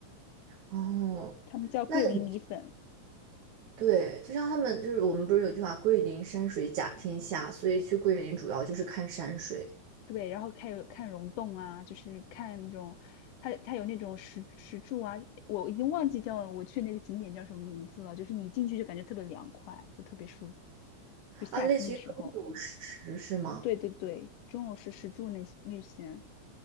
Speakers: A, on the right; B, on the left.
A: 哦，
B: 他们叫桂林米粉。
A: 那你对，就像他们就是我们不是有句话“桂林山水甲天下”，所以去桂林主要就是看山水。
B: 对，然后看有看溶洞啊，就是看那种，它它有那种石石柱啊，我已经忘记叫我去那个景点叫什么名字了，就是你进去就感觉特别凉快，就特别舒服，就夏天的时候。
A: 啊，类似于中主食是吗？
B: 对对对，钟楼石石柱那那些。